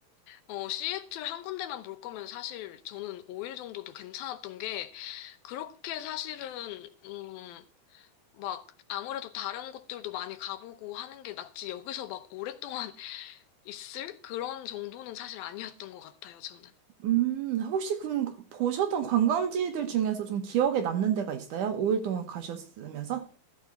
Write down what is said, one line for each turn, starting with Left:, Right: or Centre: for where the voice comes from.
Left: 어, 시애틀 한 군데만 볼 거면 사실 저는 5일 정도도 괜찮았던 게 그렇게 사실은 음 막 아무래도 다른 곳들도 많이 가보고 하는 게 낫지 여기서 막 오랫동안 <laughs> 있을 그런 정도는 사실 아니었던 것 같아요, 저는.
Right: 음, 혹시 그럼 보셨던 관광지들 중에서 좀 기억에 남는 데가 있어요? 5일 동안 가셨으면서?